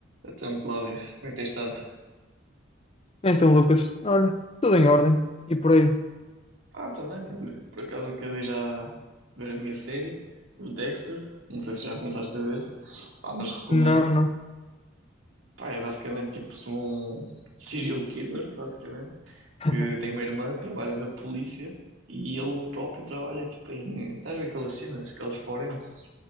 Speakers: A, on the right; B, on the left.
A: Então, Cláudia, como é que tens estado?
B: Então, Lucas, olha, tudo em ordem. E por aí?
A: Ah, também, olha, por acaso acabei já de ver a minha série, o Dexter, não sei se já começaste a ver, ah, mas recomendo.
B: Não, não.
A: Pá, é basicamente tipo um serial killer, basicamente,
B: <laughs>
A: que tem uma irmã que trabalha na polícia e ele próprio trabalha tipo em, estás a ver aquelas cenas, aquelas forenses,